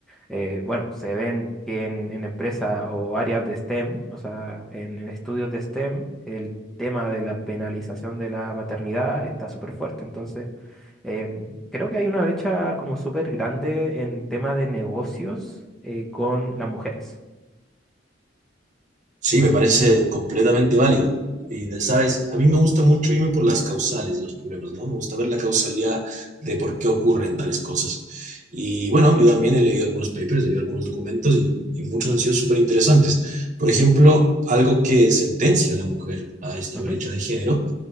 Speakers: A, in the centre; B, on the right.
A: eh, bueno, se ven que en, en empresas o áreas de STEM, o sea, en, en estudios de STEM, el tema de la penalización de la maternidad está súper fuerte. Entonces, Em, creo que hay una brecha como súper grande en tema de negocios eh, con las mujeres.
B: Sí, me parece completamente válido. Y, de- sabes, a mí me gusta mucho irme por las causales de los problemas, ¿no? Me gusta ver la causalidad de por qué ocurren tales cosas. Y bueno, yo también he leído algunos papers, he leído algunos documentos y, y muchos han sido súper interesantes. Por ejemplo, algo que sentencia a la mujer a esta
A: Ujú,
B: brecha de género